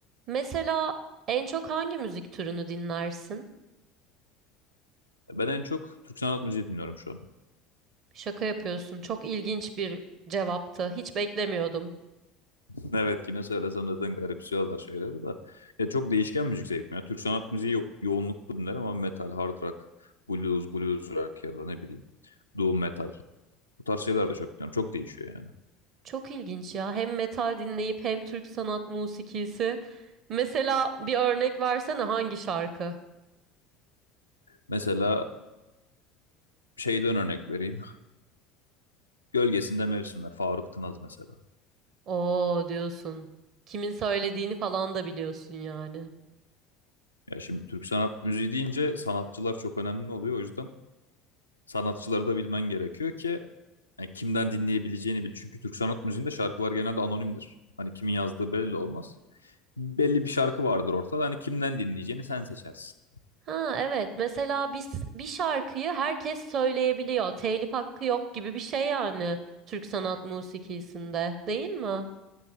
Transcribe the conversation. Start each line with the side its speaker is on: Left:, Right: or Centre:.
Right: Mesela en çok hangi müzik türünü dinlersin?
Left: Ben en çok Türk sanat müziği dinliyorum şu an.
Right: Şaka yapıyorsun. Çok ilginç bir cevaptı. Hiç beklemiyordum.
Left: <laughs> Evet kime söylesem zaten garipsiyorlar şeyleri de. Ya çok değişken müzik zevkim ya. Türk sanat müziği yo- yoğunluklu dinlerim ama metal, hard rock, blues, blues rock ya da ne bileyim doom metal. Bu tarz şeyler de çok dinliyorum. Çok değişiyor yani.
Right: Çok ilginç ya. Hem metal dinleyip hem Türk sanat musikisi. Mesela bir örnek versene hangi şarkı?
Left: Mesela şeyden örnek vereyim. Gölgesinde Mevsimler, Faruk Tınaz mesela.
Right: Oo diyorsun. Kimin söylediğini falan da biliyorsun yani.
Left: Ya şimdi Türk sanat müziği deyince sanatçılar çok önemli oluyor. O yüzden sanatçıları da bilmen gerekiyor ki Yani kimden dinleyebileceğini bil. Çünkü Türk sanat müziğinde şarkılar genelde anonimdir. Hani kimin yazdığı belli olmaz. Belli bir şarkı vardır ortada. Hani kimden dinleyeceğini sen seçersin.
Right: Ha evet. Mesela bir, bir şarkıyı herkes söyleyebiliyor. Telif hakkı yok gibi bir şey yani Türk sanat musikisinde, değil mi?